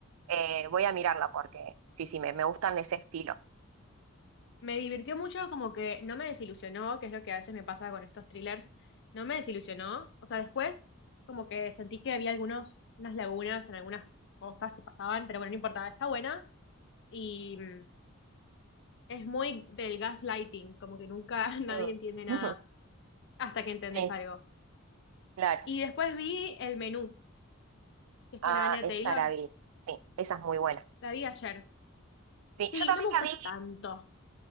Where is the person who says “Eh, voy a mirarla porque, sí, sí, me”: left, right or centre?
Right